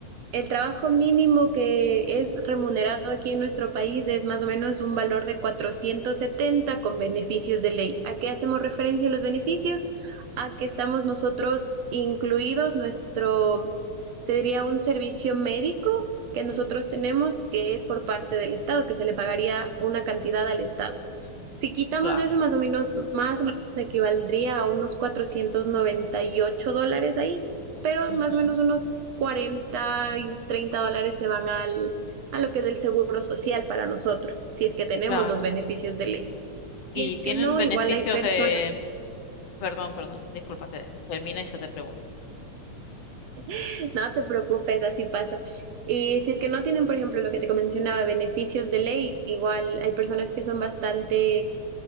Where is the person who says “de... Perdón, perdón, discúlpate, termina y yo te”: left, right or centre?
Left